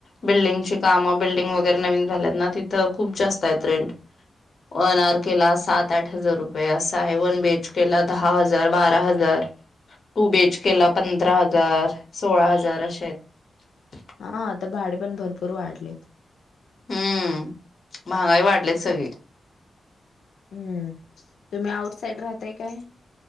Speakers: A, on the left; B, on the left.
A: बिल्डिंगची कामं बिल्डिंग वगैरे नवीन झाल्यात ना तिथं खूप जास्त आहेत रेंट. वनआरकेला सात, आठ हजार रुपये असं आहे. वनबीएचकेला दहा हजार, बारा हजार, टूबीएचकेला पंधरा हजार, सोळा हजार अशे आहेत. <inaudible>
B: हा आता भाडे पण भरपूर वाढलेत.
A: हम्म, महागाई वाढली सगळी.
B: हम्म तुम्ही आउटसाईड राहताय काय?